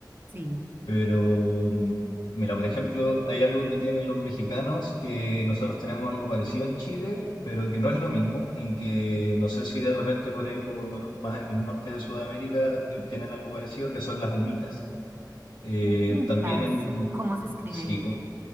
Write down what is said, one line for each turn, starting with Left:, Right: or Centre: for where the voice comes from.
Right: Sí,
Left: Pero, mm, mira, por ejemplo, hay algo que tienen los mexicanos, que nosotros tenemos algo parecido en Chile, pero que no es lo mismo y que no sé si de repente por ahí, por más en el norte de Sudamérica, tienen algo parecido, que son las humitas. Eh,
Right: humitas.
Left: también en,
Right: ¿Cómo se escribe?
Left: sí, u-